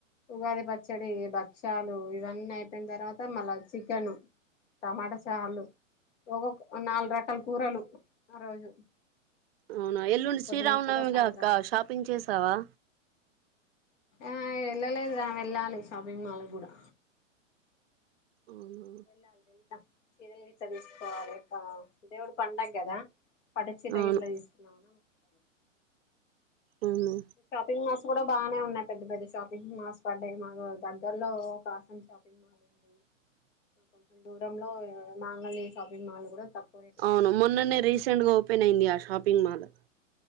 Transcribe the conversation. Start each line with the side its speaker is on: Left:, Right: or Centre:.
Left: ఉగాది పచ్చడి భక్షాలు ఇవన్నీ అయిపోయిన తర్వాత మళ్ళా చికెను టమాటా చార్లు ఒక నాలుగు రకాల కూరలు ఆ రోజు
Right: అవునా ఎల్లుండి శ్రీరామనమిగాక్క
Left: పొద్దున కూర సాయంత్రం
Right: షాపింగ్ చేసావా
Left: ఆ వెళ్ళలేదు రా వెళ్ళాలి షాపింగ్ మాల్ కూడా
Right: అవునా
Left: వెళ్ళాలి వెళ్తా చిరలు గిట్ల తీసుకోవాలి దేవుడి పండగ కదా పట్టుచీర
Right: అవును
Left: గిట్ల తీసుకుందాం అని అనుకుంటాన్న
Right: అవును
Left: షాపింగ్ మాల్స్ కూడా బాగానే ఉన్నాయి పెద్ద పెద్ద షాపింగ్ మాల్స్ పడ్డాయి మాకు దగ్గర్లో కాసం షాపింగ్ మాల్ ఉ
Right: ఆ
Left: కొంచెం దూరంలో మాంగళ్య షాపింగ్ మాల్ కూడా తక్కువ రేటు
Right: అవును
Left: దొరుకుతున్నాయి
Right: మొన్ననే రీసెంట్గ ఓపెన్ అయింది ఆ షాపింగ్ మాల్